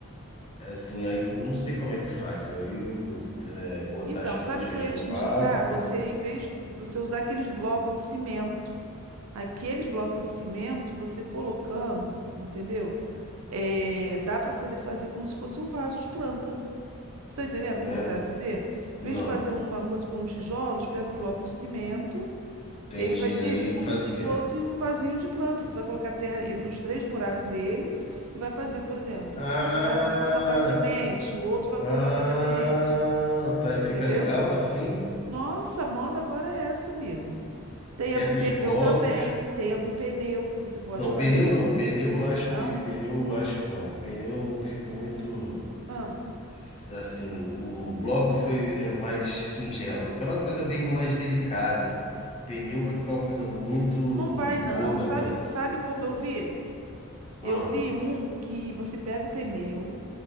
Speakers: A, on the left (about 30°); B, on the right (about 80°).
A: Assim, aí eu não sei como é que faz. Aí eu, eu, eh, botar
B: Então,
A: as plantinhas
B: sabe o que eu ia
A: no
B: te
A: vaso,
B: indicar?
A: botar
B: Você, em vez de você usar aqueles blocos de cimento, aqueles blocos de cimento, você colocando, entendeu? É, dá para poder fazer como se fosse um vaso de planta. Você está entendendo
A: É,
B: como eu quero dizer? Em
A: não.
B: vez de fazer uma coisa com tijolos, pega o bloco de cimento
A: Entendi.
B: Ele vai servir
A: Aí
B: como
A: faz
B: se
A: o quê?
B: fosse um vasinho de planta. Você vai colocar terra e- nos três buracos dele e vai fazer, por exemplo,
A: Ah,
B: um lado você vai colocar semente, o outro vai
A: ah,
B: colocar outra semente,
A: tá. E
B: entendeu?
A: fica legal assim?
B: Nossa, a moda agora é essa, amigo. Tem
A: Pega
B: a do pneu
A: os blocos.
B: também, tem a do pneu que você pode
A: Não,
B: fazer
A: pneu
B: também.
A: não. Pneu, eu acho
B: Não?
A: que. Pneu, eu acho que. Não, pneu fica muito.
B: Ah,
A: s- Assim, o bloco foi é mais singelo. Eu quero uma coisa bem mais delicada. Pneu vai ficar uma coisa muito
B: não vai não.
A: ogra.
B: Sabe, sabe como eu vi?
A: Ah,
B: Eu vi um que você pega o pneu,